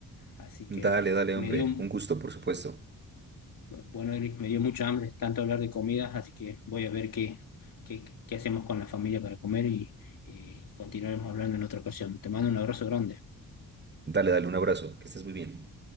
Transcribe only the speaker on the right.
Dale,
dale,
hombre.
Un gusto, por supuesto.
Dale, dale, un abrazo. Que estés muy bien.